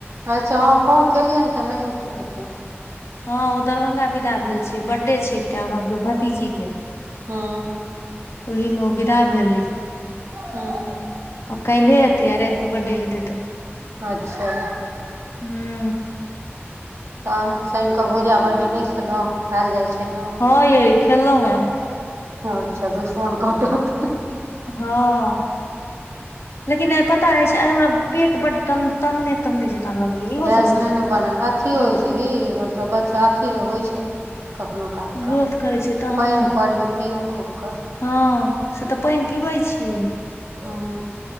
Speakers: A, on the right; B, on the left.
A: अच्छा हँ फोन केलियनि तऽ नय उठेलखिन
B: हँ ओ दरभंगा विदा भेल छै बर्थडे छै एकटा हमर भतीजी के
A: हूँ
B: ओहिमे ओ विदा भेल अछि।
A: हूँ
B: आब काल्हि ये एतै आ राति मे बर्थडे हेतै तऽ
A: अच्छा
B: हूँ
A: तहन शनिकऽ भूजा भरली नय खेलौं खाएल जाइ छै न
B: हँ यै खेलौं हें
A: अच्छा दुश्मन कटत
B: हँ लेकिन आय पता अछि आइ हमरा पेट बड्ड तन्ने तन्ने जकाँ लगैये इहो
A: गैस
B: सब होइ
A: नहि
B: छै की
A: न बनल अथी होइ छै की मतलब बच्चा अथी होइ छै कखनो काट
B: ग्रोथ
A: कऽ
B: करै छै तहन
A: पानि परियौ पियौ खूबक
B: हँ से तऽ पानि पीबै छियै
A: हँ